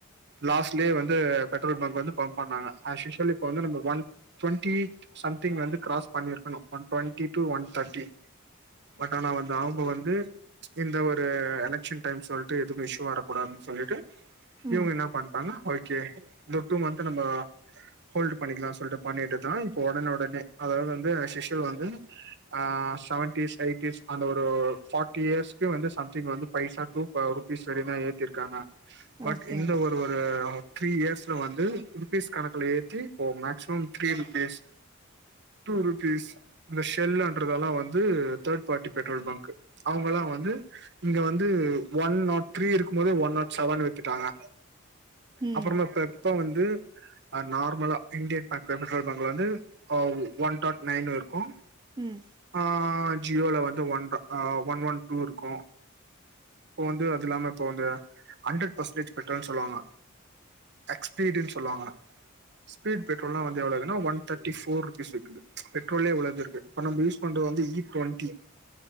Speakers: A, on the right (about 60°); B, on the right (about 20°).
A: லாஸ்ட்லேயே வந்து பெட்ரோல் பங்க் வந்து பம் பண்ணாங்க ஆஸ்யூசுவல் இப்ப வந்து நம்ப ஒன் டுவெண்டி சம்திங் வந்து கிராஸ் பண்ணிருக்கணு one twenty to one thirty but ஆனா வந்து அவுங்க வந்து இந்த ஒரு எலெக்ஷன் டைம் சொல்ட்டு எதுவு இஷ்சு வரக்கூடாது சொல்ட்டு
B: ம்
A: இவுங்க என்ன பண்டாங்க ஓகே இந்த டூ மந்த் நம்போ ஹோல்டு் பண்ணிக்கலா சொல்ட்டு பண்ணிட்டு தா இப்ப உடனே உடனே அதாவது வந்து அஸ்யூஸ்வல் வந்து ஆ செவன்டீஸ் எயிட்டிஸ் அந்த ஒரு பாட் டி இயர்ஸ் வந்து சம்திங் வந்து பைசா டூ ருபீஸ் வரையு தா ஏத்திருக்காங்க பட்
B: ஓகே
A: இந்த ஒரு ஒரு த்ரீ இயர்ஸ்ல வந்து ருபீஸ் கணக்குல ஏத்தி இப்போ maximum three rupees two rupees இந்த ஷெல்லன்றதெல்லா வந்து தேர்ட் பார்ட்டி பெட்ரோல் பங்க்கு அவுங்கயெல்லா வந்து இங்க வந்து ஒன் நாட் த்ரீ இருக்கு போதே ஒன் நாட் செவன் வித்துட்டாங்க
B: ம்
A: அப்பறமா இப்ப இப்ப வந்து அ நார்மலா இண்டியன் பேங்க் பெட்ரோல் பங்கு வந்து அ ஒன் டாட் நைனு இருக்கு
B: ம்
A: ஆ ஜியோல வந்து ஒன்ற அ ஒன் ஒன் டூ இருக்கு இப்ப வந்து அது இல்லாம இப்ப வந்து ஹண்ரட் பர்சன்டேஜ் பெட்ரோல் சொல்லுவாங்க எக்ஸ்பீடுன் சொல்லுவாங்க ஸ்பீட் பெட்ரோல்லா வந்து எவ்ளோ இருக்குனா ஒன் தேர்ட்டி ஃபோர் ருபீஸ் விக்குது பெட்ரோலேயே இவ்ளோ இது இருக்கு இப்ப நம்ம யூஸ் பண்றது வந்து இ டொண்ட்டி